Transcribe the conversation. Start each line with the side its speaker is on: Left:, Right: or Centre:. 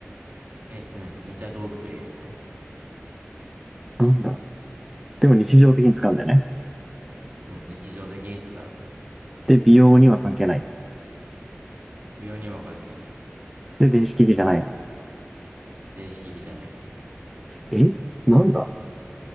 Right: え、うん、めっちゃ道具と言えると思
Centre: なんだ。でも日常的に使うんだよね。
Right: う。うん、日常的に使う。
Centre: で、美容には関係ない。
Right: 美容にも関係ない。
Centre: で、電子機器じゃない。
Right: 電子機器じゃない。お
Centre: えなんだ